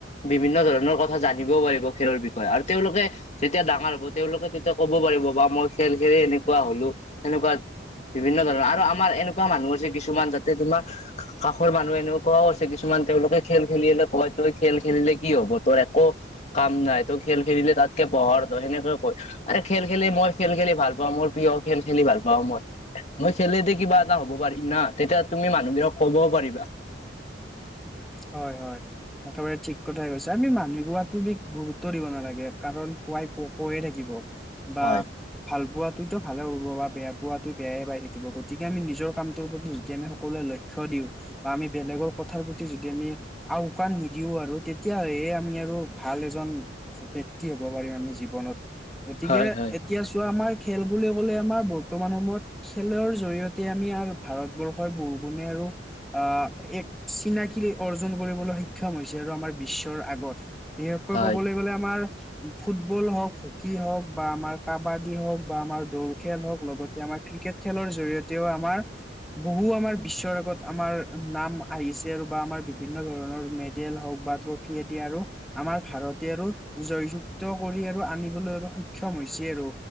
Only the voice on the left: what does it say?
বিভিন্ন ধৰণৰ কথা জানিবও পাৰিব খেলৰ বিষয়ে আৰু তেওঁলোকে। যেতিয়া ডাঙৰ হ'ব তেওঁলোকে তেতিয়া ক'ব পাৰিব বা মই খেল খেলি এনেকুৱা হ'লো তেনেকুৱা। বিভিন্ন ধৰণৰ আৰু আমাৰ এনেকুৱা মানুহ আছে কিছুমান যাতে তোমাৰ কাষৰ মানুহ এনেক কোৱা আছে কিছুমান তেওঁলোকে খেল খেলিলে কয় তই খেল খেলিলে কি হ'ব তোৰ একো। কাম নাই তই খেল খেলিলে তাতকে পঢ় সেনেকে কয়। আৰে খেল খেলি মই খেল খেলি ভাল পাওঁ মোৰ প্ৰিয় খেল খেলি ভাল পাওঁ মই। মই খেলেদি কিবা এটা হ'ব পাৰিম না তেতিয়া তুমি মানুহবোৰক ক'বও পাৰিবা।
হয়
হয়
হয়
হয়